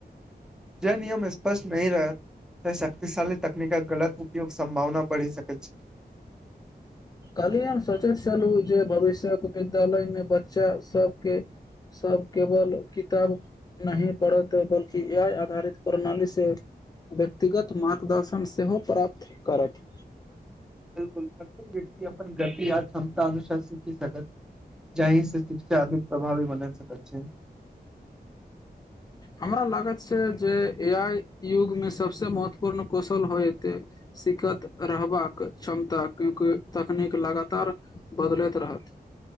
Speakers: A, in the centre; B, on the left.
A: जे नियम स्पष्ट नहि रहै तऽ शक्तिशाली तकनीकक गलत उपयोग संभावना बढि सकै अछि
B: काल्हि हम सोचैत छलहुँ जे भविष्यक विद्यालयमे बच्चा सभके सभ केवल किताब नहि पढ़त बल्कि ए आइ आधारित प्रणालीसँ व्यक्तिगत मार्गदर्शन सेहो प्राप्त करत
A: बिल्कुल <unintelligible> की अपन गति आ क्षमता अनुशासित सकत जाहिसे शिक्षा अधिक प्रभावी बनत सब अच्छे
B: हमरा लागैत छै जे ए आइ युगमे सभसँ महत्वपूर्ण कौशल होयत एतै सिखैत रहबाक क्षमता की तकनीक लगातार बदलैत रहत